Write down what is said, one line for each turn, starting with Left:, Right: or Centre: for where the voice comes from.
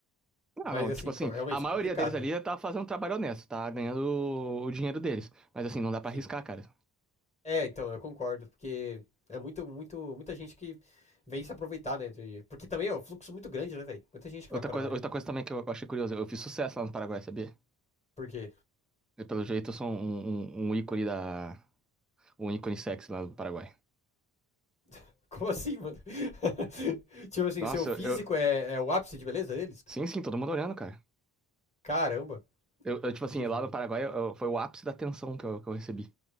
Centre: Não,
Left: Mas
Centre: não,
Left: assim,
Centre: tipo assim,
Left: realmente
Centre: a maioria
Left: é complicado,
Centre: deles ali
Left: né?
Centre: tá fazendo um trabalho honesto, tá ganhando o, o dinheiro deles. Mas assim, não dá pra
Left: Sim.
Centre: arriscar, cara.
Left: É, então, eu concordo, porque é muito, muito, muita gente que vem se aproveitar, né? de- Porque também é um fluxo muito grande, né, velho? Muita gente que vai
Centre: Outra
Left: para
Centre: coisa,
Left: o Paraguai.
Centre: outra coisa também que eu achei curioso, eu fiz sucesso lá no Paraguai, sabia?
Left: Por quê?
Centre: Eu, pelo jeito, eu sou um, um, um ícone da. Um ícone sexy lá do Paraguai.
Left: <laughs> Como assim, mano? <laughs> tipo assim,
Centre: Nossa,
Left: seu físico
Centre: eu.
Left: é, é o ápice de beleza deles?
Centre: Sim, sim, todo mundo olhando, cara.
Left: Caramba.
Centre: Eu, eu, tipo assim,
Left: Entendi,
Centre: lá
Left: mano.
Centre: no Paraguai eu- eu- foi o ápice da tensão que eu, que eu recebi.